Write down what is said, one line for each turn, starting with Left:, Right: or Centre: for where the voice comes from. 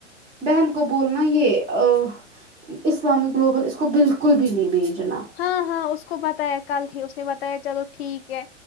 Right: بہن کو بولنا یے آ اسلامک گلوبل اس کو بالکل بھی نہیں بھیجنا
Left: ہاں ہاں اس کو بتایا کل ہی اس نے بتایا چلو ٹھیک ہے